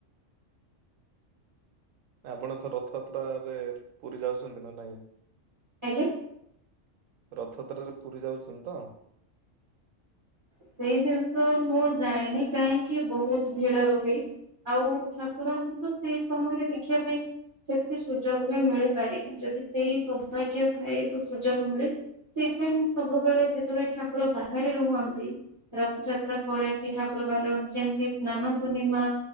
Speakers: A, on the right; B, on the right.
A: ଆପଣ ଏଥର ରଥଯାତ୍ରା ରେ ପୁରୀ ଯାଉଚନ୍ତି ନା ନାଇଁ?
B: ଆଜ୍ଞା।
A: ରଥ ଯାତ୍ରାରେ ପୁରୀ ଯାଉଛନ୍ତି ତ?
B: ସେଇଟା ତ ମୁଁ ଜାଣିନି କାହିଁକି ବହୁତ୍ ଭିଡ ରୁହେ। ଆଉ ଠାକୁରଙ୍କୁ ତ ସେଇ ସମୟରେ ଦେଖିବା ପାଇଁ। ସେତିକି ସୁଯୋଗ ବି ମିଳିପାରେନି ଯଦି ସେଇ ସୌଭାଗ୍ୟ ଥାଏ ତ ସୁଯୋଗ ମିଳେ। ସେଇଥିପାଇଁ ମୁଁ ସବୁବେଳେ ଯେତେବେଳେ ଠାକୁର ବାହାରେ ରୁହନ୍ତି। ରଥଯାତ୍ରା ପରେ ଆସି ଠାକୁର ବାହାରେ ରୁହନ୍ତି ଯେମିତି ସ୍ନାନ ପୂର୍ଣ୍ଣିମା।